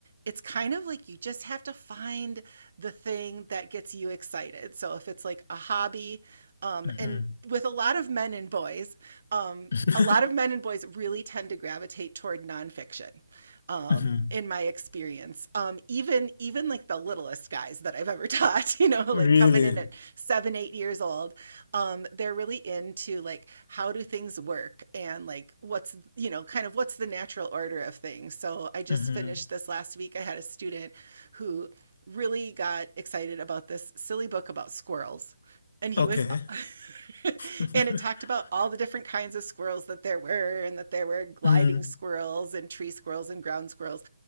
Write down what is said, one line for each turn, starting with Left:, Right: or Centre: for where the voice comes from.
Right: it's kind of like you just have to find the thing that gets you excited. So if it's like a hobby, um,
Left: hmm
Right: and with a lot of men and boys, um,
Left: <laughs>
Right: a lot of men and boys really tend to gravitate toward nonfiction. Um,
Left: hmm
Right: in my experience. Um, even even like the littlest guys that I've ever <laughs> taught, you know, like
Left: Really?
Right: coming in at seven, eight years old, um, they're really into like how do things work and like what's you know kind of what's the natural order of things. So I just
Left: hmm
Right: finished this last week. I had a student who really got excited about this silly book about squirrels. And he
Left: Okay.
Right: was, <laughs>
Left: <laughs>
Right: and it talked about all the different kinds of squirrels that there were, and that there were gliding
Left: Mm,
Right: squirrels and tree squirrels and ground squirrels.